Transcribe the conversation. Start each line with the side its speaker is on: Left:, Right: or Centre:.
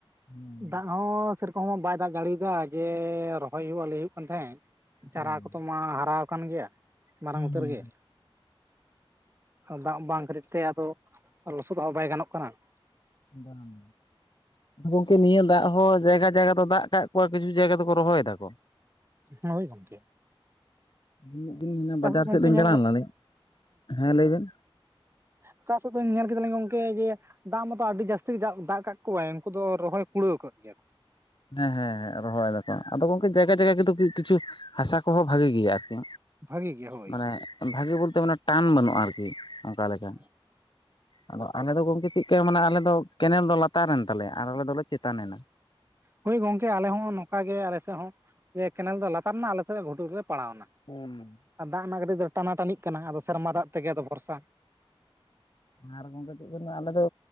Left: ᱦᱩᱸ
Right: ᱫᱟᱜ ᱦᱚᱸ ᱥᱮᱨᱚᱠᱚᱢ ᱵᱟᱭ ᱫᱟᱜ ᱡᱟᱲᱤᱭᱟᱫᱟ ᱡᱮ ᱨᱚᱦᱚᱭ ᱦᱩᱭᱩᱜᱼᱟ ᱞᱮ ᱦᱩᱭᱩᱜ ᱠᱟᱱ ᱛᱟᱦᱮᱸ ᱾ ᱪᱟᱨᱟ
Left: ᱦᱩᱸ
Right: ᱠᱚᱛᱚ ᱢᱟ ᱦᱟᱨᱟ ᱟᱠᱟᱱ ᱜᱮᱭᱟ ᱢᱟᱨᱟᱝ ᱩᱛᱟᱹᱨ
Left: ᱦᱩᱸ
Right: ᱜᱮ ᱫᱟᱜ ᱵᱟᱝ ᱠᱷᱟᱱ. ᱛᱤᱨ ᱛᱮ ᱟᱫᱚ ᱞᱚᱥᱚᱫ ᱦᱚᱸ ᱵᱟᱭ ᱜᱟᱱᱚᱜ ᱠᱟᱱᱟ ᱾
Left: ᱵᱟᱝ ᱜᱚᱝᱠᱮ ᱱᱤᱭᱟᱹ ᱫᱟᱜ ᱦᱚᱸ ᱡᱟᱭᱜᱟ ᱡᱟᱭᱜᱟ ᱫᱚ ᱫᱟᱜ ᱠᱟᱜ ᱠᱚᱣᱟ ᱠᱤᱪᱷᱩ ᱡᱟᱭᱜᱟ ᱫᱚᱠᱚ ᱨᱚᱦᱚᱭ ᱫᱟᱠᱚ
Right: ᱦᱮ ᱦᱳᱭ ᱜᱚᱝᱠᱮ
Left: ᱤᱧ ᱢᱤᱫ ᱫᱤᱱ
Right: ᱪᱟᱥ
Left: ᱵᱟᱡᱟᱨ
Right: ᱜᱚᱝᱠᱮ
Left: ᱥᱮᱫ ᱞᱤᱧ
Right: ᱧᱮᱞᱚᱜ
Left: ᱪᱟᱞᱟᱣ ᱞᱮᱱᱟ ᱞᱤᱧ ᱦᱮᱸ ᱞᱟᱹᱭᱵᱮᱱ
Right: ᱚᱠᱟ ᱥᱮᱫ ᱫᱚ ᱧᱮᱞ ᱠᱮᱫᱟᱞᱤᱧ ᱜᱚᱝᱠᱮ ᱡᱮ ᱫᱟᱜ ᱢᱟᱛᱚ ᱟᱹᱰᱤ ᱡᱟᱹᱥᱛᱤ ᱫᱟᱜ ᱠᱟᱜ ᱠᱚᱣᱟᱭ ᱩᱱᱠᱩ ᱫᱚ ᱨᱚᱦᱚᱭ ᱠᱩᱲᱟᱹᱣ ᱠᱮᱫ ᱜᱮᱭᱟ ᱠᱚ
Left: ᱦᱮᱸ ᱦᱮᱸ ᱦᱮᱸ ᱨᱚᱦᱚᱭ ᱫᱟᱠᱚ ᱟᱫᱚ ᱜᱚᱝᱠᱮ ᱡᱟᱭᱜᱟ ᱡᱟᱭᱜᱟ ᱠᱚᱫᱚ ᱠᱤᱪᱷᱩ ᱦᱟᱥᱟ ᱠᱚᱦᱚᱸ ᱵᱷᱟᱜᱤ ᱜᱮᱭᱟ ᱟᱨᱠᱤ
Right: ᱵᱷᱟᱜᱤ ᱜᱮ ᱦᱳᱭ
Left: ᱢᱟᱱᱮ ᱵᱷᱟᱜᱮ ᱵᱚᱞᱛᱮ ᱢᱟᱱᱮ ᱴᱟᱱ ᱵᱟᱹᱱᱩᱜᱼᱟ ᱟᱨᱠᱤ ᱚᱱᱠᱟ ᱞᱮᱠᱟ
Right: <inaudible>
Left: ᱟᱫᱚ ᱟᱞᱮ ᱫᱚ ᱜᱚᱢᱠᱮ ᱪᱮᱫ ᱠᱟ ᱢᱟᱱᱮ ᱟᱞᱮ ᱫᱚ ᱠᱮᱱᱮᱞ ᱫᱚ ᱞᱟᱛᱟᱨᱮᱱ ᱛᱟᱞᱮᱭᱟ ᱟᱨ ᱟᱞᱮ ᱫᱚᱞᱮ ᱪᱮᱛᱟᱱ ᱮᱱᱟ
Right: ᱦᱳᱭ ᱜᱚᱝᱠᱮ ᱟᱞᱮ ᱦᱚᱸ ᱱᱚᱝᱠᱟ ᱜᱮ ᱟᱞᱮ ᱥᱮᱫ ᱦᱚᱸ ᱡᱮ ᱠᱮᱱᱮᱞ ᱫᱚ ᱞᱟᱛᱟᱨ ᱱᱟ ᱟᱞᱮ ᱥᱮᱫ ᱜᱷᱩᱴᱩ ᱨᱮᱞᱮ ᱯᱟᱲᱟᱣ ᱱᱟ
Left: <inaudible>
Right: ᱟᱨ ᱫᱟᱜ ᱚᱱᱟ ᱠᱟ. ᱴᱤᱡ ᱫᱚ ᱴᱟᱱᱟ ᱴᱟᱹᱱᱤᱜ ᱠᱟᱱᱟ ᱟᱫᱚ ᱥᱮᱨᱢᱟ ᱫᱟᱜ ᱛᱮᱜᱮ ᱟᱫᱚ ᱵᱷᱚᱨᱥᱟ
Left: ᱟᱨ ᱜᱚᱝᱠᱮ ᱪᱮᱫ ᱠᱚ ᱞᱟ. ᱭᱟ ᱟᱞᱮ ᱫᱚ